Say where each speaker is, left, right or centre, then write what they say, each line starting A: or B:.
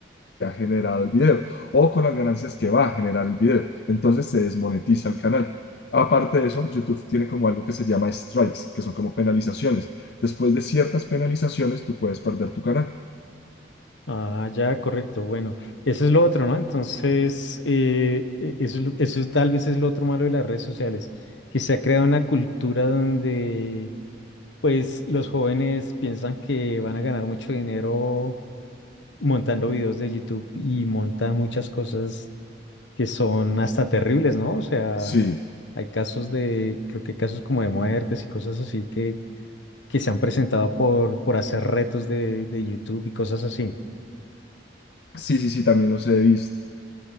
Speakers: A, on the left; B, on the left.
A: ha generado el video o con las ganancias que va a generar el video. Entonces se desmonetiza el canal. Aparte de eso, YouTube tiene como algo que se llama strikes, que son como penalizaciones. Después de ciertas penalizaciones, tú puedes perder tu canal.
B: Ah, ya, correcto. Bueno, eso es lo otro, ¿no? Entonces, eh, e- eso, es lo- eso es, tal vez es lo otro malo de las redes sociales, que se ha creado una cultura donde, pues, los jóvenes piensan que van a ganar mucho dinero montando videos de YouTube y montan muchas cosas que son hasta terribles, ¿no? O sea,
A: Sí,
B: hay casos de, creo que hay casos como de muertes y cosas así que, que se han presentado por, por hacer retos de, de YouTube y cosas así.
A: sí, sí, sí, también los he visto.